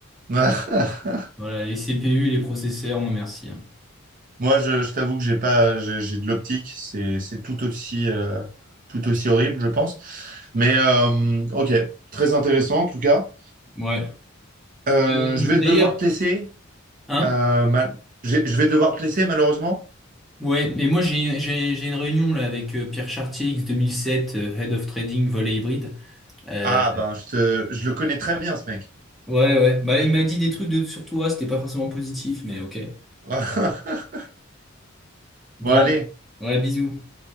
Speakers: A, on the right; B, in the centre.
A: <laughs>
B: Voilà, les CPU, les processeurs, non merci. hein.
A: Moi, je, je t'avoue que j'ai pas j'ai j'ai de l'optique, c'est c'est tout aussi euh, tout aussi horrible, je pense. Mais euh, ok, très intéressant en tout cas.
B: Ouais.
A: Euh,
B: Euh,
A: je
B: d'ailleurs,
A: vais devoir te laisser.
B: hein?
A: euh, mal- j'ai- Je vais devoir te laisser malheureusement.
B: Ouais, mais moi j'ai j'ai j'ai une réunion là avec euh, Pierre Chartier X 2007, euh, Head of Trading Volet Hybride. Euh,
A: Ah ben, je, te- je le connais très bien, ce mec.
B: ouais, ouais. Bah il m'a dit des trucs de sur toi, c'était pas forcément positif, mais ok.
A: <laughs>
B: Bon,
A: Bon, allez.
B: ouais, bisous.